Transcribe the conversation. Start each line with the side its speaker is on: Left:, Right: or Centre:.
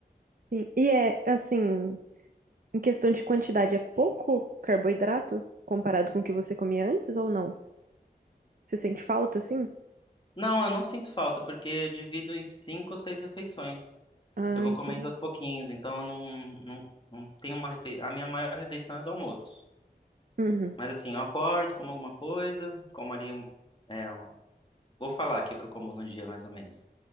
Right: Sim. E é assim, em questão de quantidade, é pouco carboidrato comparado com o que você comia antes ou não? Você sente falta, assim?
Left: Não, eu não sinto falta, porque eu divido em cinco ou seis refeições.
Right: Ah,
Left: Eu vou
Right: entendi.
Left: comendo aos pouquinhos, então eu não, não, não tenho uma refe... A minha maior refeição é do almoço.
Right: Uhum,
Left: Mas assim, eu acordo, como alguma coisa, como ali um. É, uma- Vou falar aqui o que eu como no dia, mais ou menos.